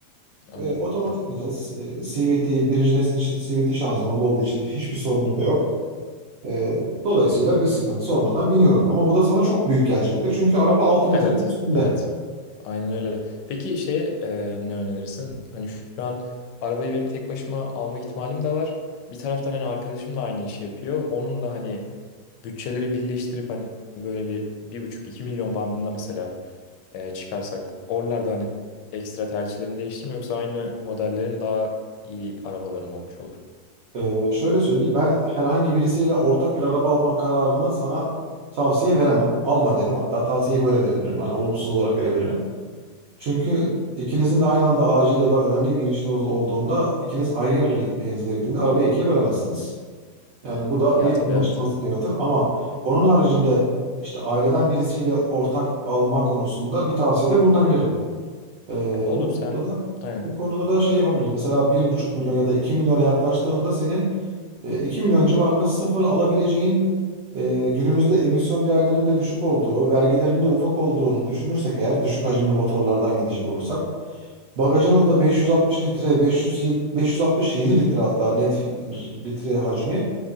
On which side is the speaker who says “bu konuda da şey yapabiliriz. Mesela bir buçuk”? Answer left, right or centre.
Right